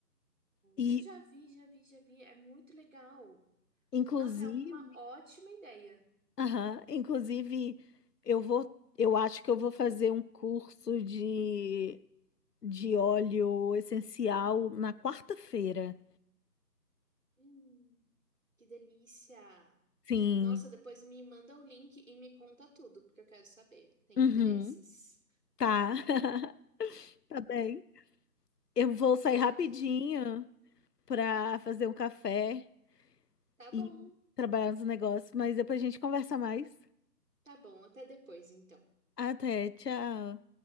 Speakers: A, on the left; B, on the right.
A: E
B: eu já vi, já vi, já vi. É muito legal.
A: inclusive,
B: Nossa, é uma ótima ideia.
A: aham, inclusive eu vou, eu acho que eu vou fazer um curso de de óleo essencial na quarta-feira.
B: Hum, que delícia.
A: Sim.
B: Nossa, depois me manda o link e me conta tudo, porque eu quero saber. Tem
A: Uhum.
B: interesses.
A: Tá. <laughs> Tá bem. Eu vou sair
B: Eu vou
A: rapidinho
B: ter que.
A: para fazer um café
B: Tá bom,
A: e trabalhar nos negócios, mas depois a gente conversa mais.
B: tá bom. Até depois, então.
A: Até, tchau.